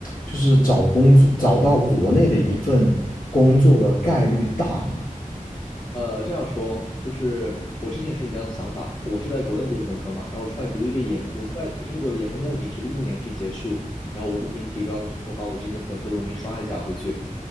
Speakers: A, on the left; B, on the left.
A: 就是找工作，找到国内的一份工作的概率大吗？
B: 呃，这样说就是我之前也是你这样的想法，我是在国内读的本科嘛，然后出来读一个研，我出来读英国的研的目的就是一年可以结束，然后文凭提高了之后，把我之前本科的文凭刷一下回去。